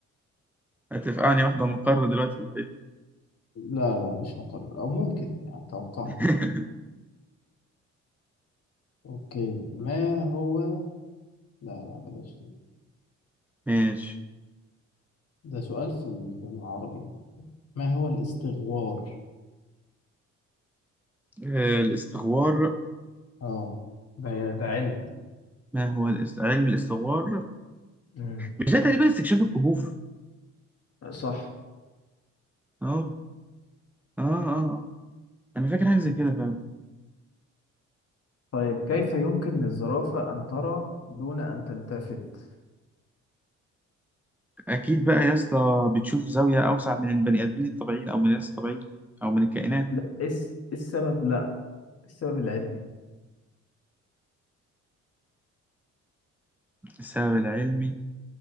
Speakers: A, in the centre; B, on the left.
A: هتفقعني واحده مقر دلوقتي ولا ايه
B: لا لا مش مقرر او ممكن يعني اتوقعها
A: <laughs>
B: اوكي ما هو لا لا بلاش دي
A: ماشي
B: ده سؤال في ال- في العربي ما هو الاستغوار
A: آه، الاستغوار
B: اه ده ده علم
A: ما هو الاست... علم الاستغوار
B: مم.
A: مش ده تقريبا استكشاف الكهوف
B: صح
A: اه اه اه آه. انا فاكر حاجه زي كده
B: طيب كيف يمكن للزرافة أن ترى دون أن تلتفت؟
A: اكيد بقى يا اسطى بتشوف زاويه اوسع من البني ادمين الطبيعيين او من الناس الطبيعيين او من الكائنات
B: لا إيه الس- إيه السبب؟ لا السبب العلمي
A: السبب العلمي